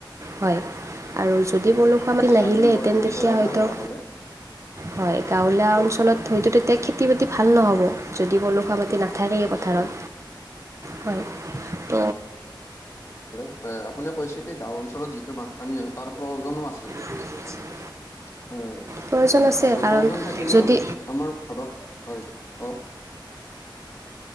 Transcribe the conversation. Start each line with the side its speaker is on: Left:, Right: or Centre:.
Right: হয়। আৰু যদি পলসুৱা মাটি
Left: নিশ্চয়
Right: নাহিলেহেঁতেন
Left: আপুনি বৰ গুৰুত্বপূৰ্ণ
Right: তেতিয়া হয়তো
Left: কথা ক'লে
Right: হয়। গাঁৱলীয়া অঞ্চলত হয়তো তেতিয়া খেতি বাতি ভাল নহব, যদি পলুহুৱা মাটি নাহে পথাৰে
Left: নিশ্চয়
Right: পথাৰত। হয়, ত
Left: ব, আপুনি কৈছে কি গাওঁ অঞ্চলত যিটো বানপানী হয়, তাৰ প্ৰয়োজনো আছে।
Right: <inaudible>
Left: হয়।
Right: প্ৰয়োজন আছে
Left: আৰু
Right: কাৰণ
Left: প্ৰয়োজন থাকিলেও
Right: যদি
Left: আমাৰ ধৰক হয়, ক'ক?